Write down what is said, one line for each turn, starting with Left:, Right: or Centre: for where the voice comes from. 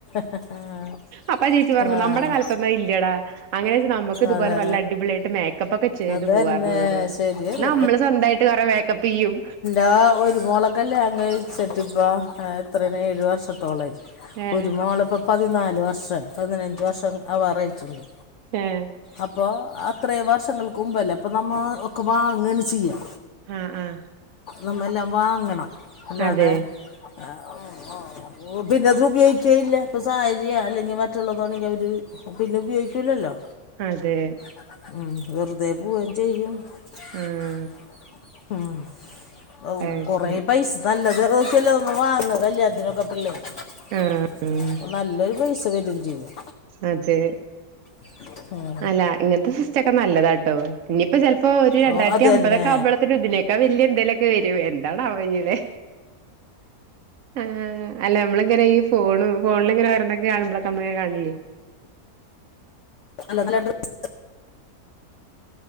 Left: <inaudible>
Right: അപ്പാ ചേച്ചി പറഞ്ഞു
Left: ആഹ്
Right: നമ്മുടെ കാലത്തൊന്നു അയില്ലടാ അങ്ങനെ യാച്ചാ നമുക്ക് ഇതുപോലെ
Left: അതെ
Right: നല്ല അടിപൊളിയായിട്ട് മേക് മേക്കപ്പ് ഒക്കെ ചെയ്ത്
Left: അതന്നെ
Right: പോവാരുന്നു. ന്നൊക്കെ പറഞ്ഞു.
Left: ശരിയത്
Right: അന്നാ നമ്മള് സ്വന്തമായിട്ട് കൊറേ മേക്കപ്പ് ചെയ്യും.
Left: ആഹാ ഒരുമോളെ ക്കല്യാണം ക്കഴിച്ചിട്ടിപ്പാ ആ എത്രേണ് ഏഴു വർഷത്തോളായി
Right: ഏഹ്
Left: ഒരു മോളിപ്പോ പതിനാല് വർഷം പതിനഞ്ച് വർഷം ആവാറായിട്ടുണ്ട്.
Right: ഏഹേ
Left: അപ്പൊ അത്രേം വർഷങ്ങൾക്ക് മുമ്പല്ലേ അപ്പൊ നമ്മ ഒക്കെ വാങ്ങേണ് ചെയ്യാ
Right: ആഹ് ആഹ്
Left: നമ്മെല്ലാം വാങ്ങണം അല്ലാതെ
Right: അതെ
Left: ആഹാ ഹും ഓ ഓ പിന്നത് ഉപയോഗിക്കേല്ല. ഇപ്പ സാരിയാ അല്ലെങ്കി മറ്റുള്ളതാണെങ്കി അവര് പിന്ന ഉപയോഗിക്കൂലല്ലോ
Right: അതെ,
Left: <inaudible> ആഹ് വെറ്തെ പോവേം ചെയ്യും
Right: ആഹ്
Left: <inaudible> ഉും ഓഹ്
Right: അത്
Left: കൊറെ
Right: ശരി
Left: പൈസ നല്ലത് നോക്കിയല്ലേ നമ്മ വാങ്ങ കല്യാണത്തിനൊക്കെ പിള്ളേ <inaudible>
Right: ആഹ്
Left: നല്ലോരു പൈസ വരും ചെയ്യും.
Right: അതെ
Left: <unintelligible>
Right: അല്ല, ഇങ്ങനത്തെ സിസ്റ്റൊക്കെ നല്ലതാട്ടോ ഇനിയിപ്പോ ചെൽപ്പോ ഒരു രണ്ടായിരത്തി
Left: ഓ അത്
Right: അമ്പതൊക്കെ
Left: തന്നെ
Right: ആവുമ്പഴത്തിന് ഇതിനെ ഇതിനേക്കാ വല്യ എന്തേലൊക്കെ വരും എന്താണാവോ ഇനി അല്ലെ ഹെ അല്ല നമ്മള ഇങ്ങനെ ഈ ഫോണും ഫോണിലിങ്ങനെ വരണേക്ക കാണുമ്പളൊക്ക അമ്മങ്ങനെ കാണില്ലേ
Left: <unintelligible>